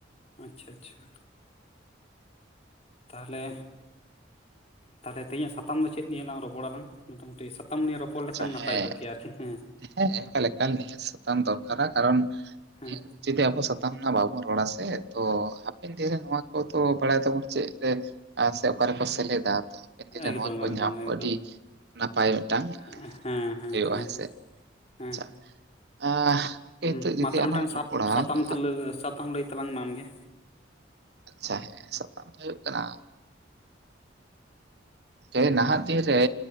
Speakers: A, on the left (about 35°); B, on the right (about 55°).
A: ᱟᱪᱪᱷᱟ ᱟᱪᱪᱷᱟ ᱛᱟᱦᱞᱮ ᱛᱟᱦᱞᱮ ᱛᱮᱦᱮᱧᱟᱜ ᱥᱟᱛᱟᱢ ᱫᱚ ᱪᱮᱫ ᱱᱤᱭᱟᱹᱞᱟᱝ ᱨᱚᱯᱚᱲ ᱟᱞᱟᱝ ᱢᱚᱴᱟᱢᱩᱴᱤ ᱥᱟᱛᱟᱢ ᱱᱤᱭᱟᱹ ᱨᱚᱯᱚᱲ
B: ᱟᱪᱪᱷᱟ
A: ᱞᱮᱠᱷᱟᱱ ᱱᱟᱯᱟᱭ
B: ᱦᱮᱸ
A: ᱠᱚᱜ ᱠᱮᱭᱟ ᱟᱨᱠᱤ ᱦᱮᱸ
B: ᱦᱮᱸ ᱮᱠᱟᱞ ᱮᱠᱟᱞ ᱱᱤᱭᱟᱹ ᱥᱟᱛᱟᱢ ᱫᱚᱨᱠᱟᱨᱟ ᱠᱟᱨᱚᱱ
A: ᱦᱮᱸ
B: ᱤᱧᱟᱸ ᱡᱩᱫᱤ ᱟᱵᱚ ᱥᱟᱛᱟᱢ ᱨᱮᱱᱟᱜ ᱵᱟᱵᱚᱱ ᱨᱚᱲᱟ ᱥᱮ ᱛᱚ ᱦᱟᱯᱮᱱ ᱫᱤᱱᱨᱮ ᱱᱚᱣᱟ ᱠᱚᱛᱚ ᱵᱟᱲᱟᱭ ᱛᱟᱵᱚᱱ ᱪᱮᱫ ᱨᱮ ᱟᱨ ᱥᱮ ᱚᱠᱟᱨᱮᱠᱚ ᱥᱮᱞᱮᱫᱟ ᱨᱮ
A: ᱮᱠᱫᱚᱢ
B: ᱱᱚᱣᱟ ᱠᱚ
A: ᱮᱠᱫᱚᱢ
B: ᱧᱟᱢ
A: ᱮᱠᱫᱚᱢ
B: ᱟᱹᱰᱤ ᱱᱟᱯᱟᱭ ᱢᱤᱫᱴᱟᱝ
A: ᱦᱮᱸ ᱦᱮᱸ
B: ᱦᱩᱭᱩᱜᱼᱟ
A: ᱦᱮᱸ
B: ᱦᱮᱸᱥᱮ
A: ᱦᱮᱸ ᱦᱮᱸ᱾
B: ᱟᱪᱪᱷᱟ ᱟᱸ ᱜᱚᱝᱠᱮ
A: ᱦᱩᱸ
B: ᱱᱤᱛᱚᱜ ᱡᱩᱫᱤ
A: ᱢᱟ ᱛᱟᱦᱚᱞᱮ
B: ᱟᱞᱟᱝ
A: ᱢᱤᱫᱴᱟᱝ
B: ᱨᱚᱯᱚᱲᱟ
A: ᱥᱟᱵᱽ ᱥᱟᱛᱟᱢ
B: ᱱᱟᱦᱟᱜ
A: ᱥᱟᱛᱟᱢ ᱞᱟᱹᱭ ᱛᱟᱞᱟᱝ ᱢᱮ ᱟᱢ ᱜᱮ
B: ᱟᱪᱪᱷᱟ ᱦᱮᱸ ᱥᱟᱛᱟᱢ ᱫᱚ ᱦᱩᱭᱩᱜ ᱠᱟᱱᱟ ᱛᱮᱦᱮᱧ ᱱᱟᱦᱟᱜ ᱫᱤᱱ ᱨᱮ